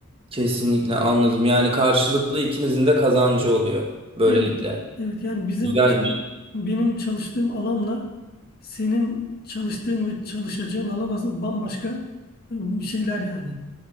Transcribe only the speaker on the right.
Kesinlikle anladım. Yani karşılıklı ikinizin de kazancı oluyor böylelikle.
Güzel
mi?